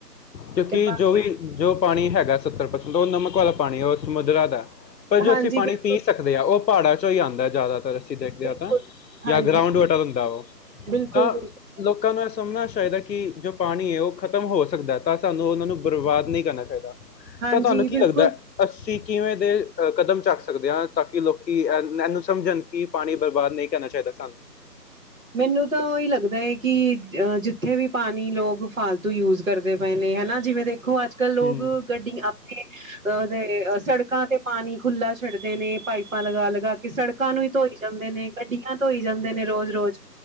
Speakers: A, on the left; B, on the right.
A: ਕਿਉਂਕਿ
B: ਤੇ ਬਾਕੀ
A: ਜੋ ਵੀ ਜੋ ਪਾਨੀ ਹੈਗਾ ਸੱਤਰ ਪਰਸੈਂਟ ੳਹ ਨਮਕ ਵਾਲਾ ਪਾਨੀ ੳਹ ਸਮੁੰਦਰਾ ਦਐ, ਪਰ ਜੋ
B: ਹਾਂਜੀ
A: ਅਸੀ ਪਾਨੀ
B: ਬਿਲਕੁਲ
A: ਪੀਨ ਸਕਦੇ ਆ ੳਹ ਪਹਾੜਾਂ ਚੋਂ ਹੀ ਆਂਦਾ ਜਾਦਾਤਰ ਅਸੀ ਦੇਖਦੇ
B: ਬਿਲਕੁਲ
A: ਆ ਤਾਂ,
B: ਹਾਂਜੀ
A: ਜਾਂ ਗਰਾਉਂਡ ਵਾਟਰ ਹੁੰਦਾ ੳਹ।
B: ਬਿਲਕੁਲ
A: ਤਾਂ
B: ਬਿਲਕੁਲ
A: ਲੋਕਾਂ ਨੂੰ ਏਹ ਸਮਨਾ ਚਾਈਦਾ ਕਿ ਜੋ ਪਾਨੀ ਏ ੳਹ ਖ਼ਤਮ ਹੋ ਸਕਦਾ ਤਾਂ ਸਾਨੂੰ ੳਨਾਂ ਨੂੰ ਬਰਬਾਦ ਨਈ ਕਰਨਾ ਚਾਈਦਾ
B: ਹਾਂਜੀ
A: ਤਾਂ ਤਾਨੂੰ ਕੀ
B: ਬਿਲਕੁਲ
A: ਲੱਗਦਾ ਅਸੀ ਕਿਵੇਂ ਦੇ ਕਦਮ ਚੱਕ ਸਕਦੇ ਆਂ ਤਾਂਕੀ ਲੋਕੀ ਏਨ ਏਨੂੰ ਸਮਝਨ। ਕੀ ਪਾਨੀ ਬਰਬਾਦ ਨਈ ਕਰਨਾ ਚਾਈਦਾ ਸਾਨੂੰ।
B: ਮੈਨੂੰ ਤਾਂ ੳਈ ਲੱਗਦਾ ਏ ਕਿ ਅ ਜਿੱਥੇ ਵੀ ਪਾਨੀ ਲੋਕ ਫਾਲਤੂ ਯੂਜ ਕਰਦੇ ਪਏ ਨੇ ਹੈਨਾ। ਜਿਵੇਂ ਦੇਖੋ ਅੱਜ-ਕਲ ਲੋਗ
A: ਹੂੰ
B: ਗੱਡੀ ਅਪਨੇ ਆ ਦੇ ਸੜਕਾਂ ਤੇ ਪਾਨੀ ਖੁਲਾ ਛੱਡਦੇ ਨੇ ਪਾਈਪਾਂ ਲਗਾ- ਲਗਾ ਕੇ, ਸੜ ਲੋਕਾਂ ਨੂੰ ਹੀ ਧੋਈ ਜਾਂਦੇ ਨੇ ਗੱਡੀਆਂ ਧੋਈ ਜਾਂਦੇ ਨੇ ਰੋਜ਼ ਰੋਜ਼।